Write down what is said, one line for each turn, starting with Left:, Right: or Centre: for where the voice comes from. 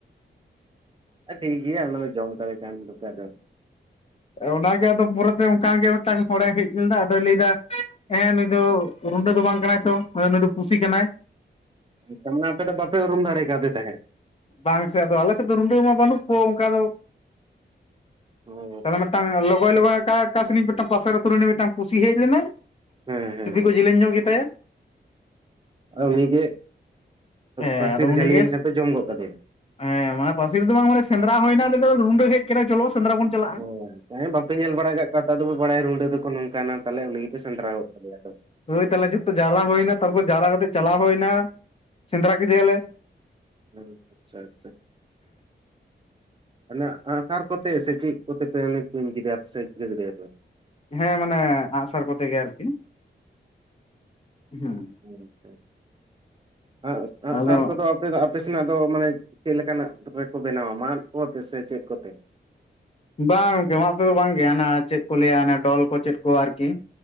Right: ᱴᱷᱤᱠ ᱜᱮᱭᱟ ᱚᱱᱟ ᱫᱚ ᱡᱚᱢ ᱠᱟᱫᱮ ᱠᱷᱟᱱ <unintelligible> ᱫᱚ
Left: ᱚᱱᱟᱜᱮ ᱟᱫᱚ ᱯᱚᱨᱮᱛᱮ ᱚᱱᱠᱟ ᱢᱤᱫᱴᱟᱝ ᱦᱚᱲᱮ ᱦᱮᱡ ᱞᱮᱟ ᱟᱫᱚᱭ ᱞᱟᱹᱭᱫᱟ ᱦᱮᱸ ᱱᱩᱭ ᱫᱚ ᱨᱩᱸᱰᱟᱹ ᱫᱚ ᱵᱟᱝ ᱠᱟᱱᱟᱭ ᱛᱚ ᱱᱩᱭ ᱫᱚ ᱯᱩᱥᱤ ᱠᱟᱱᱟᱭ
Right: ᱛᱟ ᱢᱟᱱᱮ ᱟᱯᱮ ᱫᱚ ᱵᱟᱯᱮ ᱩᱨᱩᱢ ᱫᱟᱲᱮ ᱠᱟᱣᱫᱮ ᱛᱟᱦᱮᱸᱫ
Left: ᱵᱟᱝ ᱥᱮ ᱟᱫᱚ ᱟᱞᱮ ᱥᱮᱫ ᱫᱚ ᱨᱩᱸᱰᱟᱹ ᱢᱟ ᱵᱟᱹᱱᱩᱜ ᱠᱚ ᱚᱱᱠᱟ ᱫᱚ
Right: ᱚ
Left: ᱛᱟᱦᱚᱞᱮ ᱢᱤᱫᱴᱟᱝ ᱞᱚᱜᱚᱭ ᱞᱚᱜᱚᱭ ᱚᱠᱟ ᱥᱤᱱᱤᱡ ᱢᱤᱫᱴᱟᱝ ᱯᱟᱥᱮᱨ ᱟᱹᱛᱩ ᱨᱤᱱᱤᱡ ᱢᱤᱫᱴᱟᱝ ᱯᱩᱥᱤ ᱦᱮᱡ ᱞᱮᱱᱟᱭ
Right: ᱦᱮᱸ ᱦᱮᱸ
Left: ᱪᱩᱯᱤ
Right: ᱦᱮᱸ
Left: ᱠᱚ ᱡᱤᱞᱤᱧ ᱧᱚᱜ ᱜᱮ ᱛᱟᱭᱟ
Right: ᱩᱱᱤᱜᱮ
Left: ᱦᱮᱸ
Right: ᱯᱟᱹᱥᱤ
Left: ᱟᱫᱚ
Right: ᱨᱮ
Left: ᱩᱱᱤᱜᱮ
Right: ᱡᱷᱟᱹᱞᱤᱭᱮᱱ ᱠᱷᱟᱱ ᱫᱚ ᱡᱚᱢ ᱜᱚᱫ ᱠᱟᱫᱮᱭᱟᱞᱮ
Left: ᱦᱮᱸ ᱢᱟᱱᱮ ᱯᱟᱥᱮ ᱨᱮᱫᱚ ᱵᱟᱝ ᱢᱟᱱᱮ ᱥᱮᱸᱫᱽᱨᱟ ᱦᱩᱭᱱᱟ ᱨᱩᱸᱰᱟᱹ ᱦᱮᱡ ᱟᱠᱟᱱᱟ ᱪᱚᱞᱚ ᱥᱮᱸᱫᱽᱨᱟ ᱵᱚᱱ ᱪᱟᱞᱟᱜᱼᱟ
Right: ᱚᱸ <unintelligible> ᱵᱟᱯᱮ ᱧᱮᱞ ᱵᱟᱲᱟ ᱠᱟᱜ ᱠᱚᱣᱟ ᱛᱚ ᱟᱫᱚᱯᱮ ᱵᱟᱲᱟᱭᱟ ᱨᱩᱸᱰᱟᱹ ᱫᱚᱠᱚ ᱱᱚᱝᱠᱟᱱᱟ ᱛᱟᱦᱚᱞᱮ ᱩᱱᱤ ᱥᱮᱫᱽᱨᱟ ᱜᱚᱫ ᱠᱟᱫᱮᱭᱟ ᱟᱫᱚ
Left: ᱛᱟᱦᱚᱞᱮ ᱡᱚᱛᱚ ᱡᱟᱣᱨᱟ ᱦᱩᱭᱱᱟ ᱛᱟᱨᱯᱚᱨ ᱡᱟᱣᱨᱟ ᱠᱟᱛᱮ ᱪᱟᱞᱟᱣ ᱦᱩᱭ ᱮᱱᱟ ᱥᱮᱸᱫᱽᱨᱟ ᱠᱮᱫᱮᱭᱟᱞᱮ
Right: ᱦᱩᱸ ᱟᱪᱪᱷᱟ ᱟᱪᱪᱷᱟ <unintelligible> ᱟ ᱥᱟᱨ ᱠᱚᱛᱮ ᱥᱮ ᱪᱮᱫ ᱠᱚᱛᱮ ᱯᱮ ᱛᱩᱧ ᱠᱮᱫᱮᱭᱟ ᱪᱤᱠᱟᱹ ᱠᱮᱫᱭᱟᱯᱮ
Left: ᱦᱮᱸ ᱢᱟᱱᱮ ᱟᱜᱼᱥᱟᱨ ᱠᱚᱛᱮ ᱜᱮ ᱟᱨᱠᱤ ᱦᱮᱸ
Right: ᱟᱪᱪᱷᱟ <inaudible> ᱟᱜ
Left: ᱟᱫᱚ
Right: ᱥᱟᱨ ᱠᱚᱫᱚ ᱟᱯᱮ ᱫᱚ ᱟᱯᱮ ᱥᱮᱱᱟᱜ ᱫᱚ ᱢᱟᱱᱮ ᱪᱮᱫ ᱞᱮᱠᱟᱱᱟᱜ ᱛᱮ ᱠᱚ ᱵᱮᱱᱟᱣᱟ ᱢᱟᱫ ᱠᱚ ᱥᱮ ᱪᱮᱫ ᱠᱚᱛᱮ
Left: ᱵᱟᱝ ᱜᱚᱝᱠᱮ ᱢᱟᱜ ᱛᱮ ᱵᱟᱝᱜᱮ ᱦᱟᱱᱟ ᱪᱮᱫ ᱠᱚ ᱞᱟᱹᱭᱟ ᱰᱚᱞ ᱠᱚ ᱪᱮᱫ ᱠᱚ ᱟᱨᱠᱤ